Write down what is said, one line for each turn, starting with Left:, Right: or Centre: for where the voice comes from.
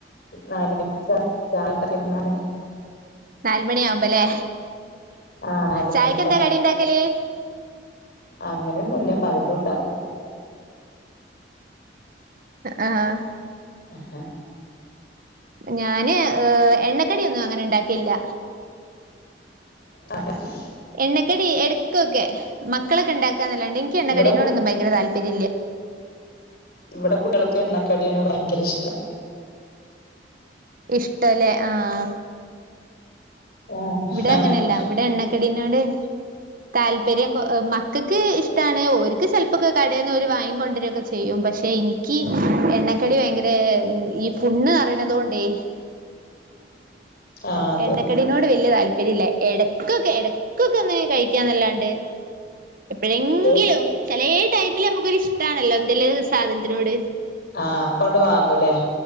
Left: നല് മ ചായണ്ടക്കിയ നാല് മണിക്ക്
Right: നാല് മണിയവുമ്പല്ലേ
Left: ആഹ് നാല്
Right: ചായക്ക്ന്താ
Left: മണി
Right: കടി ഉണ്ടാക്കല്
Left: അങ്ങനെയൊന്നു ഇല്ല പലതും ഉണ്ടാക്കും
Right: ആഹ്
Left: ആഹ്
Right: ഞാന് ഏ എണ്ണക്കടൊന്നും അങ്ങനെ ഉണ്ടാക്കിയില്ല
Left: <inaudible>
Right: എണ്ണക്കടി എടക്കൊക്കെ മക്കളൊക്കെ ഉണ്ടാക്കുക എന്നല്ലാണ്ട് എനിക്ക് എണ്ണക്കടീനോട്ന്നും
Left: ഇവിടെ കു
Right: ഭയര താല്പര്യമില്ലേ
Left: ഇവിടെ കുട്ടികൾക്ക് എണ്ണക്കാടിയാണ് ഭയങ്കര ഇഷ്ടം
Right: ഇഷ്ട്ടല്ലേ ആഹ്
Left: ആഹ്
Right: ഇവിടെ അങ്ങനെയല്ല ഇവിടെ എണ്ണക്കടീനോട് താല്പര്യം കോ മക്കൾക്ക് ഇഷ്ടമാണ് ഓർക്ക് ചിലപ്പക്കെ കടയിന്ന് ഓര് വാങ്ങിക്കൊണ്ടുവര ഒക്കെ ചെയ് ചെയ്യും പക്ഷെ എനിക്ക് എണ്ണക്കടി ഭയങ്കര ഈ പുണ് അറയണത കൊണ്ടേ
Left: ആ അതെ
Right: എണ്ണക്കടിനോട് വലിയ താല്പര്യല്ല ഇടയ്ക്കൊക്കെ ഇടയ്ക്കൊക്കെ ഒന്ന് കഴി ക്കന്നല്ലാണ്ട് എപ്പോഴെങ്കിലും
Left: അതെ
Right: ചിലേ ടൈമില് നമുക്കൊ ഇഷ്ടമാണല്ലോ എന്തെലും സാധനത്തിനോട്
Left: ആഹ് അപ്പണ്ട് വാങ്ങൂലേ